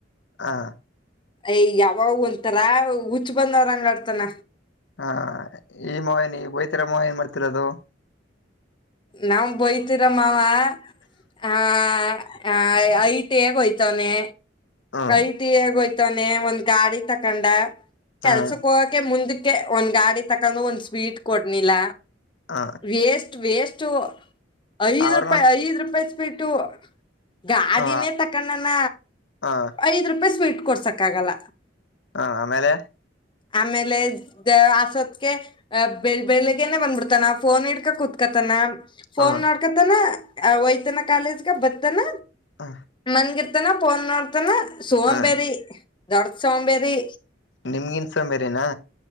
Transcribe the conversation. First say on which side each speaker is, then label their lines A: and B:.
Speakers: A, on the left; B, on the left.
A: ಹಾ.
B: ಅಯ ಯಾವ ಒಥರಾ ಹುಚ್ಚು ಬಂದವ್ರ ಹಂಗಾಡ್ತಾನ.
A: ಹಾ ಈ ಮಾವನ ಬೋಯ್ತರ ಮಾವ ಏನ್ ಮಾಡ್ತಿರದು.
B: ನಾವ್ ಬಯತಿರೋ ಮಾವ, ಹ ಐಟ್ ಹೇಗೋಯ್ತವನೆ.
A: ಹ್ಮ
B: ಐಟಿಯ ಹೋಯ್ತವಾನೆ ಒಂದ್ ಗಾಡಿ ತಕೊಂಡ. ಕೆಲ್ಸಕ್
A: ಹ
B: ಹೋಗಕೆ ಮುಂದಕ್ಕೆ, ಕೆ ಒಂದ್ ಗಾಡಿ ತಕೊಂಡ ಒಂದ್ ಸ್ವೀಟ್ ಕೊಡ್ನಿಲ್ಲ.
A: ಹ
B: ವೇಸ್ಟ್, ವೇಸ್ಟ್ ಸ್ಟು ಐದ್
A: ಅವ್ರನ್ನ
B: ರೂಪಾಯಿ ಐದ್ ರೂಪಾಯಿ ಸ್ವೀಟು. ಗಾದಿನೇ
A: ಹ
B: ತಕಣನ
A: ಹಾ
B: ಐದ್ ರೂಪಾಯಿ ಸ್ವೀಟ್ ಕೊಡ್ಸಕ್ ಆಗಲ್ಲ.
A: ಹಾ ಆಮೇಲೆ,
B: ಆಮೇಲೆ ಆಸೋತ್ಗೆ ಬೆ ಬೆಳಗ್ಗೆನೆ ಬಂದ್ಬಿಡ್ತ ನಾ ಫೋನ್ ಇಡ್ ಕುೂತ್ಕತನ, ಫೋನ್
A: ಹ
B: ನೋಡ್ಕತನ, ಒಯ್ತಾನ, ಕಾಲೇಜ್ಗ ಬತಾನ,
A: ಹ
B: ಮನ್ಗಿರ್ತಾನ, ಫೋನ್ ನೋಡ್ತಾನ, ಸೋಂಬೇರಿ.
A: ಹ
B: ದೊಡ್ಡ ಸೋಬೆರಿ.
A: ನಿಂಗಿನ ಸೋಂಬೇರಿನಾ.